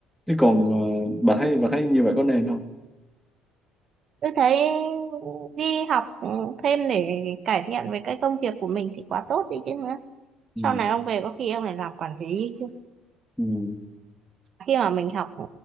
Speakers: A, in the centre; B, on the right.
A: chứ còn ờ, bà thấy bà thấy như vậy có nên không
B: tôi thấy đi học thêm để cải thiện về cái công việc của mình thì quá tốt đi chứ nữa
A: ừ.
B: sau này ông về có khi ông lại làm quản lý chứ
A: Ừ.
B: khi mà mình học ừ,